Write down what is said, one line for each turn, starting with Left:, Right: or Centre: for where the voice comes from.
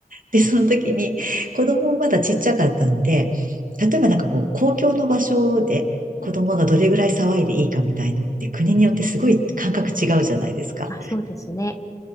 Right: で、その時に子供もまだちっちゃかったので、例えばなんかこう、公共の場所で子供がどれぐらい騒いでいいかみたいのって国によってすごい感覚違うじゃないですか。
Left: うんうんあ、そうですね。